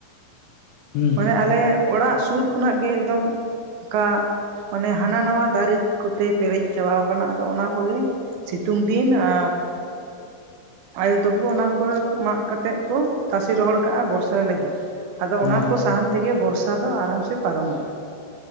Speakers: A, on the left; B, on the right.
A: ᱦᱩᱸ
B: ᱢᱟᱱᱮ ᱟᱞᱮ ᱚᱲᱟᱜ ᱥᱩᱨ ᱠᱷᱚᱱᱟᱜ ᱜᱮ ᱮᱠᱫᱚᱢ ᱠᱟ ᱢᱟᱱᱮ ᱦᱟᱱᱟ ᱱᱟᱣᱟ ᱫᱟᱨᱮ ᱠᱚᱛᱮ ᱯᱮᱨᱮᱡ ᱪᱟᱵᱟᱣ ᱟᱠᱟᱱᱟ ᱟᱫᱚ ᱚᱱᱟ ᱠᱚᱜᱮ ᱥᱤᱛᱩᱝ ᱫᱤᱱ ᱟᱻ ᱟᱭᱳ ᱛᱟᱠᱚ ᱚᱱᱟ ᱠᱚᱨᱮ ᱢᱟᱜ ᱠᱟᱛᱮᱜ ᱠᱚ ᱛᱟᱥᱮ ᱨᱚᱦᱚᱲ ᱠᱟᱜᱼᱟ ᱵᱚᱨᱥᱟ ᱞᱟᱹᱜᱤᱫ ᱟᱫᱚ ᱚᱱᱟ
A: ᱚ ᱦᱚᱸ
B: ᱠᱚ ᱥᱟᱦᱟᱱ ᱛᱮᱜᱮ ᱵᱚᱨᱥᱟ ᱫᱚ ᱟᱨᱟᱢ ᱥᱮ ᱯᱟᱨᱚᱢᱚᱜᱼᱟ᱾